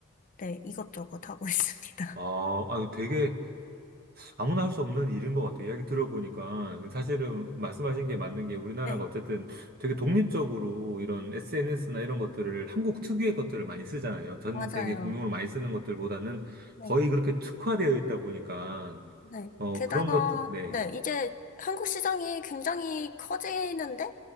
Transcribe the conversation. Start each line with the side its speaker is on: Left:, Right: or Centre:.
Left: 네. 이것저것 하고 <laughs> 있습니다.
Right: 아, 아유, 되게 아무나 할 수 없는 일인 것 같아요. 이야기 들어보니까 사실은 말씀하신 게 맞는 게 우리나라가
Left: 네.
Right: 어쨌든 되게 독립적으로 이런 SNS나 이런 것들을 한국 특유의 것들을 많이 쓰잖아요. 전
Left: 맞아요.
Right: 세계 공용으로 많이 쓰는 것들보다는
Left: 네
Right: 거의 그렇게 특화되어 있다 보니까
Left: 네.
Right: 어
Left: 게다가,
Right: 그런 것들 네
Left: 네, 이제 한국 시장이 굉장히 커지는데,